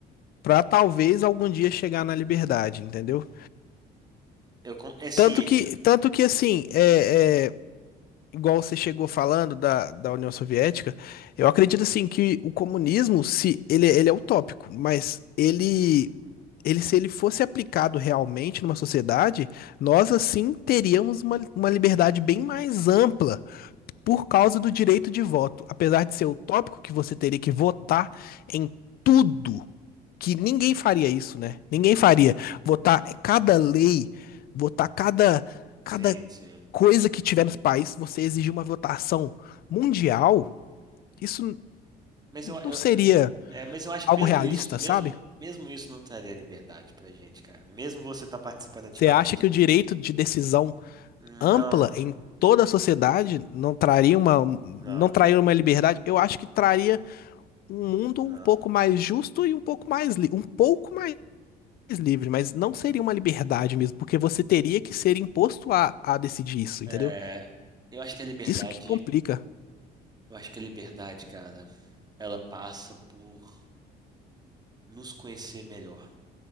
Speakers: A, on the left (about 65°); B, on the right (about 25°).
A: para
B: Concordo.
A: talvez algum dia chegar na liberdade, entendeu?
B: Eu, con- é sim,
A: Tanto que, tanto que assim, é, é, igual você chegou falando da, da União Soviética, eu acredito assim que o comunismo, se ele, ele é utópico, mas ele, ele se ele fosse aplicado realmente numa sociedade, nós assim teríamos uma, uma liberdade bem mais ampla por causa do direito de voto. Apesar de ser utópico que você teria que votar em tudo que ninguém faria isso, né? Ninguém faria. Votar cada lei, votar cada,
B: sim,
A: cada
B: sim.
A: coisa que tiver nos países, você exigir uma votação mundial, isso n-
B: Mas eu, eu,
A: não seria
B: eu- é, mas eu acho
A: algo
B: que mesmo
A: realista,
B: isso, mesmo,
A: sabe?
B: mesmo isso não traria liberdade pra gente, cara. Mesmo você estar participando ativamente
A: Você acha que o direito de decisão
B: Não,
A: ampla em toda a sociedade não traria uma, um, não
B: não,
A: traria uma liberdade? Eu acho que traria um mundo
B: não.
A: um pouco mais justo e um pouco mais, li- um pouco mais mais livre, mas não seria uma liberdade mesmo, porque você teria que ser imposto a, a decidir isso,
B: É,
A: entendeu?
B: eu acho que a liberdade,
A: Isso que complica.
B: eu acho que a liberdade, cara, ela passa por nos conhecer melhor.